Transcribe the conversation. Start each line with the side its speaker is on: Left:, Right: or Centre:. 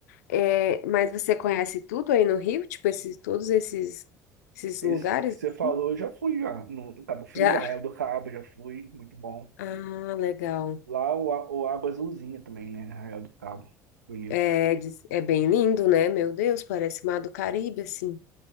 Left: É, mas você conhece tudo aí no Rio? Tipo, esses, todos esses, esses
Right: Esse
Left: lugares?
Right: que você
Left: assim?
Right: falou, eu já fui, já. No em Cabo Frio,
Left: Já?
Right: Arraial do Cabo, já fui, muito bom.
Left: Ah, legal.
Right: Lá o, a- o água é azulzinha também, né? Arraial do Cabo. Bonito.
Left: É, diz- é bem lindo, né? Meu Deus, parece Mar do Caribe, assim.